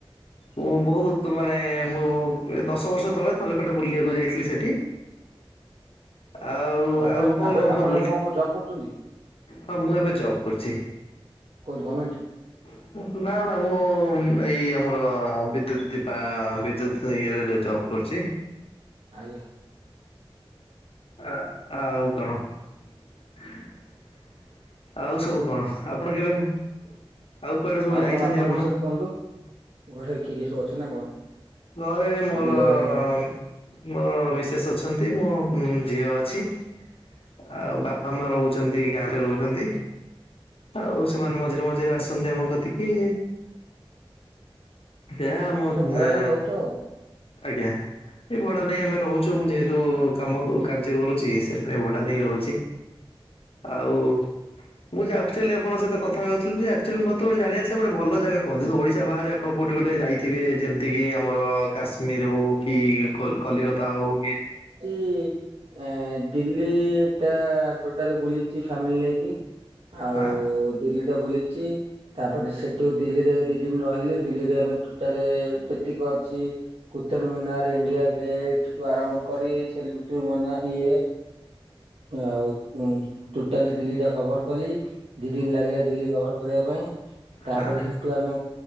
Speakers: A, on the left; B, on the right.
A: ମୁଁ ବହୁତ ମାନେ ମୁଁ ଦଶ ବର୍ଷ ତଳେ ଥରେ ଖଣ୍ଡେ ବୁଲିବାକୁ ଯାଇଥିଲି ସେଠି ଆଉ
B: ଓ ଆପଣ
A: ଆଉ କଣ
B: ଆବେ
A: କଣ
B: ଆପଣ
A: ସବୁ ବୁଲି
B: ଏବେ କୋଉ ଜବ୍ କରୁଛନ୍ତି
A: ହଁ ମୁଁ ଏବେ ଜବ କରୁଛି।
B: କୋଉଠି ଗମେଣ୍ଟ?
A: <inaudible> ନା ନା ମୁଁ ଏଇ ଆମର ବିଦ୍ୟୁତ ଦିପା ବିଦ୍ୟୁତ ଇଏରେ ଜବ କରୁଚି।
B: ଆଜ୍ଞା।
A: ଆ ଆଉ କଣ? <inaudible> ଆଉ ସବୁ କଣ ଆପଣ କେବେ ଆଉ କୁଆଡ଼େ ସବୁ ଯାଇଛନ୍ତି
B: କଣ ଆପଣଙ୍କ
A: ଆପଣ?
B: ବିଷୟରେ କୁହନ୍ତୁ ଘରେ କିଏ କିଏ ସବୁ ଅଛନ୍ତି ନା କଣ
A: ଘରେ ମୋର
B: ଆଉ ବିଲବାଡି
A: ଅ
B: ଖବର
A: ଅ ମୋର ମିସେସ୍ ଅଛନ୍ତି ମୋ ଝିଅ ଅଛି। ଆଉ ବାପା ମା ରହୁଚନ୍ତି ଗାଁ ରେ ରହୁ ଚନ୍ତି ଆଉ ସେମାନେ ମଝିରେ ମଝିରେ ଆସନ୍ତି ଆମ କତିକି। ଯାହା ମୋ
B: ତମେ ଭଡା
A: ଏ
B: ନେଇକି ରହୁଛ ଆଉ
A: ଆଜ୍ଞା। ଏ ଭଡା ନେଇ ଆମେ ରହୁଛୁ ମୁଁ ଯେହେତୁ କାମ କାର୍ଯ୍ୟ କରୁଛି ସେଥିପାଇଁ ବଡା ନେଇ ରହୁଚି।
B: ହୁଁ
A: ଆଉ
B: ହୁଁ।
A: ମୁଁ ଆକ୍ଚୁଆଲି ଆଣଙ୍କ ସହିତ କଥା ହୋଉଥିଲି ଯେ ଆକ୍ଚୁଆଲି ମୋତେ ଗୋଟ ଜାଣିବାର ଥିଲା ଗୋଟେ ଭଲ ଜାଗା କୁହ ତ ଓଡିଶା ବାହାରେ ଆପଣ କଉଠି ଗୋଟେ ଯାଇଥିବେ ଯେ ତିକି ଆମର କାଶ୍ମୀର ହୋଉ କି କଲିକତା ହଉ କି
B: କି ଏଁ ଦିଲ୍ଲୀ ଟା ଟୋଟାଲ୍ ବୁଲିଚି ଫ୍ୟାମିଲି ନେଇକି ଆଉ
A: ହଁ
B: ଦିଲ୍ଲୀ ଟା ବୁଲିଚି। ତାପରେ ସେଠୁ ଦିଲ୍ଲୀରେ ଦି ଦିନି ରହିଲି ଦିଲ୍ଲୀରେ ଆମେ ଟୋଟାଲେ ଟେକି କ ଏ କୁତୁରମିନାର୍ ଇଣ୍ଡିଆ ଗେଟ୍ ଠୁ ଆରମ୍ଭ କରି ଭିତୁରୁ ସିଏ ଆଉ ଟୋଟାଲି ଦିଲ୍ଲୀ ଟା କଭର୍ କଲି ଦି ଦିନ୍ ଲାଗିଲା ଦିଲ୍ଲୀ କଭର୍ କରିବା ପାଇଁ, ତାପରେ
A: ହଁ
B: ଆମେ